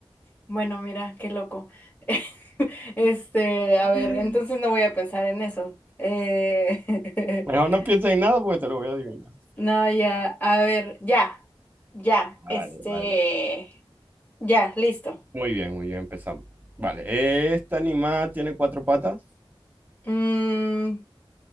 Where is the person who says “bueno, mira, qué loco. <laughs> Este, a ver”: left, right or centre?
Left